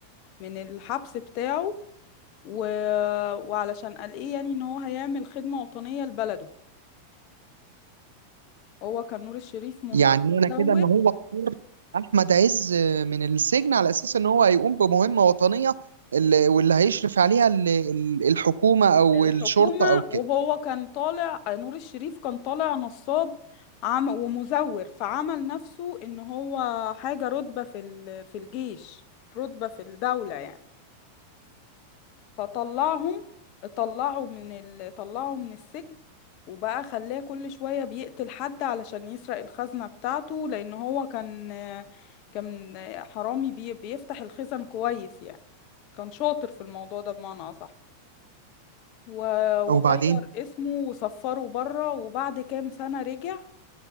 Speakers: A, on the left; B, on the right.
A: من الحبس بتاعه و... وعلشان قال ايه يعني ان هو هيعمل خدمة وطنية لبلده هو كان نور الشريف من-
B: يعني معنى
A: مزور
B: كده ان هو اختار احمد عز من السجن على اساس ان هو هيقوم بمهمه وطنيه اللي واللي هيشرف عليها ال- ال- الحكومه او
A: الحكومة
B: الشرطه او
A: وهو
B: كده
A: كان طالع نور الشريف كان طالع نصاب عم ومزور فعمل نفسه ان هو حاجة رتبة في ال- في الجيش رتبة في الدولة يعني فطلعهم طلعوا من ال... طلعوا من السجن وبقى خلاه كل شوية بيقتل حد علشان يسرق الخزنة بتاعته لأن هو كان كان حرامي بي... بيفتح الخزن كويس يعني كان شاطر في الموضوع ده بمعنى أصح و-
B: وبعدين
A: وغير اسمه وصفره بره وبعد كام سنة رجع